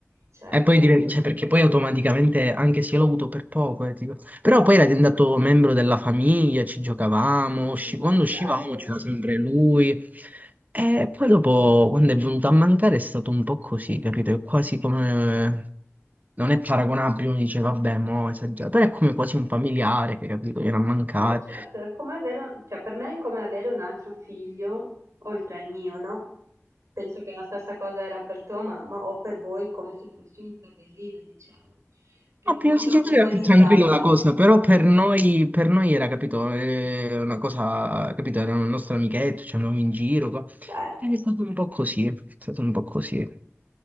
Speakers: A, on the right (about 80°); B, on the right (about 35°).
A: Cioè,
B: E poi,
A: comunque...
B: diven- cioè, perché poi automaticamente, anche se io l'ho avuto per poco, eh, tipo- però poi era diventato membro della famiglia, ci giocavamo, usci-
A: Ma
B: quando
A: certo.
B: uscivamo c'era sempre lui. E poi dopo, quando è venuto a mancare, è stato un po' così, capito? È quasi come... Non è paragonabile, uno dice, vabbè, mo' esagerato, però è come quasi un familiare che, capito, viene a mancare.
A: Ma certo, è come avere cioè per me è come avere un altro figlio oltre al mio, no, penso che la stessa cosa era per tua mamma o per voi come se fossi un fratellino, diciamo, che
B: No,
A: non
B: prima
A: voglio
B: psichiatria
A: umanizzar
B: era più tranquilla
A: la
B: la cosa,
A: cosa.
B: però per noi, per noi era, capito, eh, una cosa, capito, era un nostro amichetto, ci andavamo in giro, co-
A: Certo,
B: è stato un po' così, è stato un po' così.